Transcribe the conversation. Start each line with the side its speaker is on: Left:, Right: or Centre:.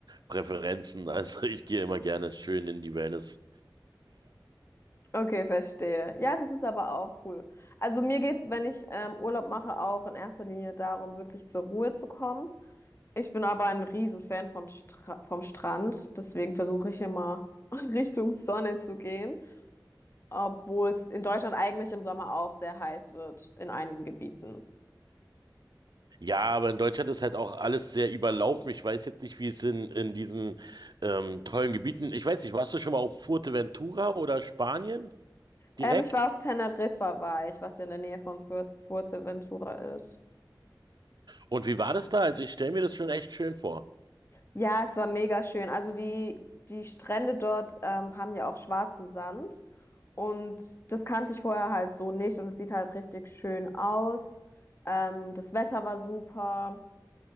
Right: Präferenzen. <laughs> Also ich gehe immer gerne schön in die Wellnessbäder.
Left: Okay, verstehe. Ja, das ist aber auch cool. Also mir geht's, wenn ich ähm, Urlaub mache, auch in erster Linie darum, wirklich zur Ruhe zu kommen. Ich bin aber ein Riesenfan von Stra vom Strand, deswegen versuche ich immer <laughs> Richtung Sonne zu gehen, obwohl es in Deutschland eigentlich im Sommer auch sehr heiß wird, in einigen Gebieten.
Right: Ja, aber in Deutschland ist halt auch alles sehr überlaufen. Ich weiß jetzt nicht, wie es in, in diesen ähm, tollen Gebieten. Ich weiß nicht, warst du schon mal auf Fuerteventura oder Spanien direkt?
Left: Ähm, ich war auf Teneriffa, war ich, was ja in der Nähe von Fur- Fuerteventura ist.
Right: Und wie war das da? Also ich stelle mir das schon echt schön vor.
Left: Ja, es war mega schön. Also die, die Strände dort ähm, haben ja auch schwarzen Sand und das kannte ich vorher halt so nicht und es sieht halt richtig schön aus. Ähm, das Wetter war super,